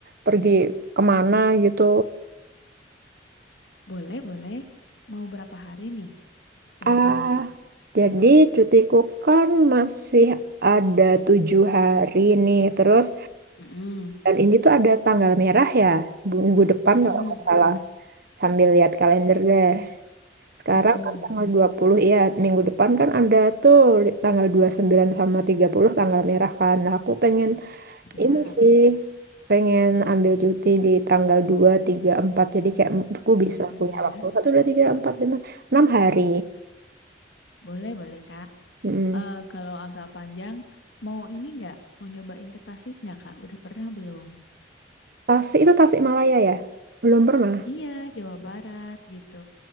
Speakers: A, on the right (about 55°); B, on the left (about 75°).
A: pergi kemana gitu?
B: Boleh, boleh. Mau berapa hari nih ceritanya?
A: Ah, jadi cutiku kan masih ada tujuh hari nih. Terus
B: Mm-mm.
A: dan ini tuh ada tanggal merah ya, bu- minggu depan
B: Mm-mm.
A: kalau nggak salah. Sambil lihat kalender deh. Sekarang
B: Mm-mm.
A: kan tanggal 20 ya minggu depan kan ada tuh li- tanggal 29 sama 30 tanggal merah kan. Nah, aku pengen
B: Siap,
A: ini sih, pengen ambil cuti di tanggal 2 3 empat Jadi kayak
B: Dua,
A: aku
B: tiga
A: bisa
B: empat
A: punya
B: ya.
A: waktu satu 2 3 4 5 6 hari.
B: Boleh, boleh Kak.
A: Mm-mm.
B: Eh, kalau agak panjang, mau ini nggak? Mau nyobain ke Tasik nggak Kak? Udah pernah belum?
A: Tasik itu Tasik Malaya ya? Belum pernah.
B: Iya, Jawa Barat gitu.